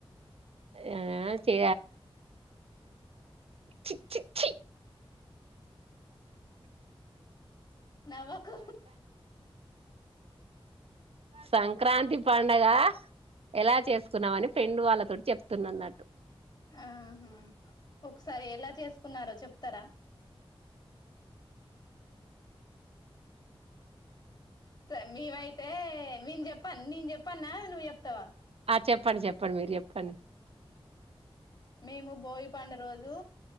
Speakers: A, on the right; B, on the left.
A: ఏ చే చీ చీ
B: నవకు
A: సంక్రాంతి పండగ ఎలా చేసుకున్నామ అని ఫ్రెండ్డు వాళ్ళతో చెప్త న్నట్టు
B: ఆహా ఒకసారి ఎలా చేసుకున్నారో చెప్తారా స మేవైతే నేను చెప్పను నేను చెప్పన్నా నువ్వు చెప్తావా
A: ఆ చెప్పండి చెప్పండి మీరు చెప్ పనీ
B: మేము బోయి పండ రోజు